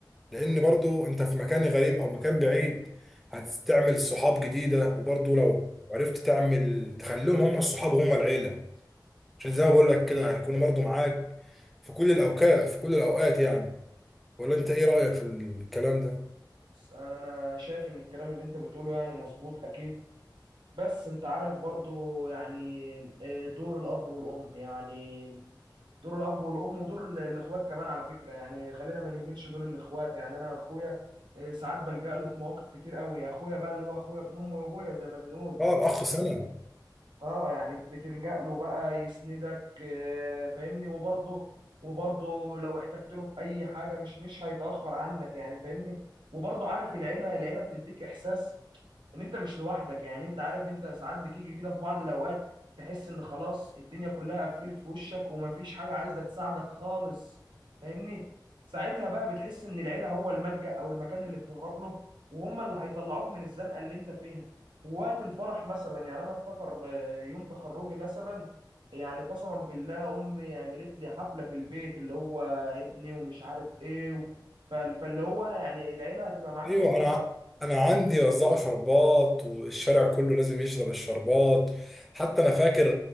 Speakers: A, in the centre; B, on the right (about 80°).
A: لان برضو انت في مكان غريب او مكان بعيد هتعمل صحاب جديده وبرضو لو عرفت تعمل تخليهم هم الصحاب وهم العيله عشان زي ما بقول لك كده هيكونوا برضه معاك في كل الاوقات في كل الاوقات يعني ولا انت ايه رايك في الكلام ده
B: بس انا انا شايف ان الكلام اللي انت بتقوله يعني مظبوط اكيد بس انت عارف برضو يعني آه، دور الاب والام يعني دور الاب والام ودور ال- الاخوات كمان على فكره يعني خلينا ما نهملش دور الاخوات يعني انا اخويا إيه، ساعات بلجأ له في مواقف كتير قوي اخويا بقى اللي هو اخويا ابن امي وابويا زي ما بنقول
A: اه الاخ سنه
B: اه يعني بتلجأ له بقى يسندك آه، فاهمني وبرضه وبرضه لو احتجت له في اي حاجه مش مش هيتأخر عنك يعني فاهمني وبرضه عارف العيله العيله بتديك احساس ان انت مش لوحدك يعني انت عارف انت ساعات بتيجي كده في بعض الاوقات تحس ان خلاص الدنيا كلها قفلت في وشك ومفيش حاجه عايزه تساعدك خالص فاهمني ساعتها بقى بتحس ان العيله هو الملجأ او المكان اللي بتهرب له وهم اللي هيطلعوك من الزنقه اللي انت فيها ووقت الفرح مثلا يعني انا افتكر آه، يوم تخرجي مثلا يعني قسما بالله امي عملت لي حفله في البيت اللي هو ابني ومش عارف ايه و- فال- فاللي هو يعني العيله هتبقى معاك
A: ايوه
B: موجوده
A: انا ع- انا عندي وزعوا شربات والشارع كله لازم يشرب الشربات حتى انا فاكر